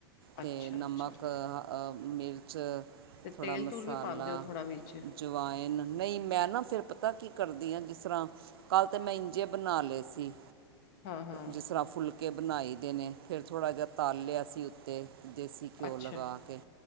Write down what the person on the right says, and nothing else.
ਤੇ
ਨਮਕ
ਅ ਮਿਰਚ
ਥੋੜਾ
ਮਸਾਲਾ
ਜਵਾਏਨ ਨਹੀਂ ਮੈਂ ਨਾ ਫਿਰ ਪ ਪਤਾ ਕੀ ਕਰਦੀ ਹਾਂ ਜਿਸ ਤਰ੍ਹਾਂ ਕੱਲ ਤੇ ਮੈਂ ਇੰਜੇ ਬਣਾ ਲਏ ਸੀ
ਜਿਸ ਤਰ੍ਹਾਂ ਫੁਲਕੇ ਬਣਾਈ ਦੇ ਨੇ ਫਿਰ ਥੋੜ੍ਹਾ ਜਿਹਾ ਤਾਲ ਲਿਆ ਸੀ ਉੱਤੇ ਦੇਸੀ ਘਿਓ
ਲਗਾ ਕੇ